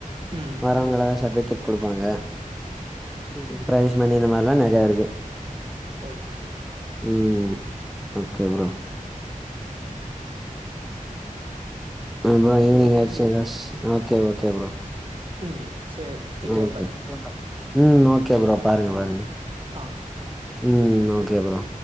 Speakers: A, on the right; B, in the centre.
A: ம்
B: வரவங்கல சர்ட்பிகெட் கொடுப்பாங்க ம் ப்ரைஸ் மணி இந்த மாரில்ல நெறைய இருக்கு
A: ஓகே
B: ம் ஓகே அப்றோ அபறோ
A: சரி
B: ஈவினிங்
A: ஓகே
B: ஆயிடுச்சுல
A: ஜி
B: <unintelligible> ஓகே ஓகே ப்ரோ
A: ம் சரி வெக்கலா
B: ஓகே
A: பாய்
B: ம் ஓகே ப்ரோ பாருங்க பாருங்க
A: ஆ ஓகே
B: ம் ஓகே ஓகே ப்றோ